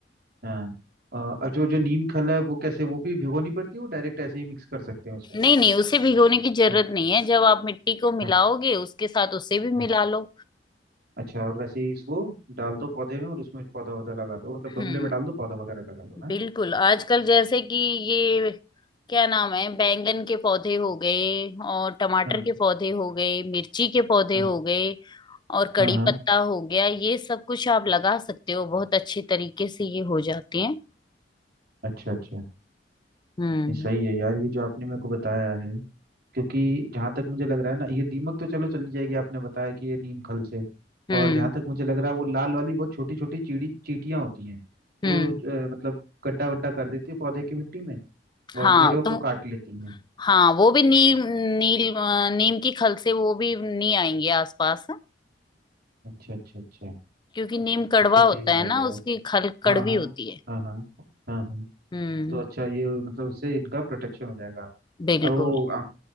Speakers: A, on the right (about 60°); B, on the left (about 25°).
A: हाँ अ, और जो जो नीम खल है वो कैसे वो भी भिगोनी पड़ती है वो डायरेक्ट ऐसे ही मिक्स कर सकते हैं उसमें
B: नहीं नहीं उसे भिगोने की जरूरत
A: हाँ
B: नहीं है जब आप मिट्टी को मिलाओगे
A: हाँ
B: उसके साथ उसे भी मिला
A: हाँ
B: लो
A: अच्छा और वैसे ही इसको डाल दो पौधे में और उसमें पौधा वौधा लगा दो मतलब
B: हम्म
A: गमले में डाल दो पौधा वगैरह लगा दो हाँ
B: बिल्कुल आजकल जैसे कि ये क्या नाम है बैंगन के पौधे हो गए और टमाटर
A: हाँ
B: के पौधे हो गए मिर्ची के पौधे
A: हाँ
B: हो गए और कड़ी
A: हाँ हाँ
B: पत्ता हो गया ये सब कुछ आप लगा सकते हो बहुत अच्छे तरीके से ये हो जाते हैं
A: अच्छा अच्छा
B: हम्म
A: नहीं सही है यार ये जो आपने मेरे को बताया है क्योंकि जहाँ तक मुझे लग रहा है ना ये दीमक तो चलो चली जाएगी आपने बताया कि ये नीम खल से
B: हम्म
A: और जहाँ तक मुझे लग रहा है वो लाल वाली बहुत छोटी छोटी चीड़ी चींटियाँ होती हैं जो
B: हम्म
A: अ, मतलब गड्ढा वड्ढा कर देती है पौधे की मिट्टी में
B: हाँ
A: और जड़ों को
B: तो
A: काट लेती हैं
B: हाँ वो भी नीम नील अ, नीम की खल से वो भी नहीं आएंगे आसपास
A: अच्छा अच्छा अच्छा
B: क्योंकि नीम कड़वा
A: तब तो सही
B: होता
A: हो जाएगा
B: है ना
A: यार
B: उसकी खल कड़वी
A: हाँ हाँ
B: होती है
A: हाँ हाँ हाँ हाँ
B: हम्म
A: तो अच्छा ये मतलब उससे इनका प्रोटेक्शन हो जाएगा
B: बिल्कुल
A: और वो आप